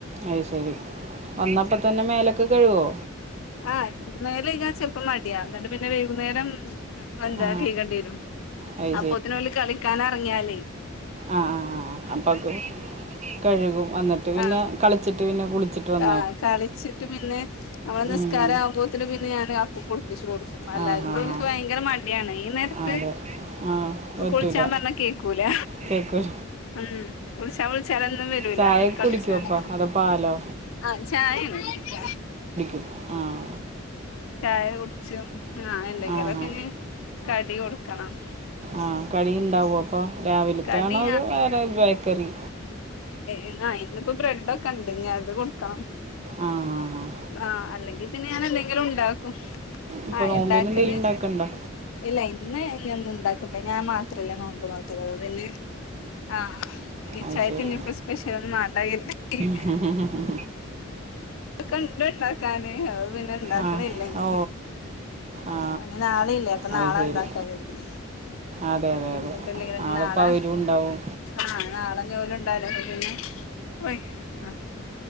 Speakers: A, on the right (about 35°); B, on the left (about 75°).
A: അത് ശരി വന്നപ്പ തന്നെ മേലൊക്ക് കഴുവോ
B: ആഹ മേല് കഴുകാൻചെലപ്പം മടിയപിന്നെ വൈകുന്നേരം എന്താ
A: ആ
B: കഴുകണ്ടിരും
A: അത്
B: അപ്പൊത്തിനൊല് കളിക്കൻറങ്ങിയാലേ
A: ആഹ ആ് ആ അപ്പക്കെ കഴുകും വന്നിട്ട് പിന്നെ
B: ആ
A: കളിച്ചിട്ട് പിന്നെ കുളിച്ചിട്ട് വന്ന
B: ആ കളിച്ചിട്ട് പിന്നെ നമ്മളെ നിസ്കാരം
A: ഉം.
B: ആവുമ്പോത്തിന് പിന്നെ ഞാൻ കുളിപ്പികു കൊടുക്കും അല്ലാ
A: ആ
B: എനിക്ക്
A: ഹാ ഹാ
B: ഭയങ്കര മടിയാണ് ഈ നേരത്തെ
A: ആ അതെ ആ പറ്റൂല
B: കുളിച്ചാൻ പറഞ്ഞ കേക്കൂല
A: കേൾക്കൂല
B: ഉം കുളിച്ചാ വിളിച്ചാലൊന്നും വരൂല
A: ചായ
B: അവര് കളിച്ചണ്
A: കുടിക്കുമോ അപ്പം
B: വരു
A: അതോ പാലോ
B: ആഹ ചായിന്ന് കുടിക
A: ആഹ
B: ചായ കുടിച്ചും ആഹ് എന്തെങ്കിലൊക്കെ
A: ആ ഹാ
B: ഇനി കടി കൊടുക്കണം
A: ആഹ് കടിയുണ്ടാവൊ അപ്പൊ രാവിലത്തെ
B: കടി
A: ആണോ അതോ വേറെ ബേക്കറി
B: ഇന്ന് ഇപ്പോ ബ്രെഡൊക്കെ ഉണ്ട് ഞ് അത് കൊടുക്കണം
A: ആ ഹ ഹ
B: ആ അല്ലെങ്കിൽ പിന്നെ ഞാൻ എന്തെങ്കിലും ഉണ്ടാക്കും
A: ഇപ്പോൾ
B: ആഹ്
A: നോമ്പിന്
B: ഉണ്ടാക്കല്
A: എന്തെങ്കിലും ഉണ്ടാക്കുന്നുണ്ടോ
B: ഇല്ല ഇന്ന് ഇഞ് ഒന്നും ഉണ്ടാക്കണ്ട ഞാൻ മാത്രല്ലേ നോ അപ്പൊ നാട്ട്കാര് പിന്നെ ആ ഇച്ചായിട്ട്
A: അത് ശരി
B: ഇഞ് പ്പം സ്പെഷ്യലൊന്നും മാണ്ട <unintelligible>
A: ഉം ഹും ഉംഹും
B: ക്കണ്ട് ഇണ്ടാക്കാന് പിന്നെ ഇണ്ടാക്കണില്ല
A: ആ
B: ഇന്ന്
A: ഓ ആ
B: ഇനി നാളീം ഇല്ലേ അപ്പൊ
A: അത്
B: നാളെ
A: ശരി
B: ഇതാക്കാ കര്തി
A: അതെ അതെ
B: ഇന്ന്പ്പം
A: അതെ
B: ഇല്ലങ്കിലും
A: ആളിപ്പോൾ
B: നാളെ
A: അവരും ഉണ്ടാവും
B: ആഹ് നാളെ ജോലി ഉണ്ടായില്ലെ ആപ്പോ പിന്നെ <unintelligible>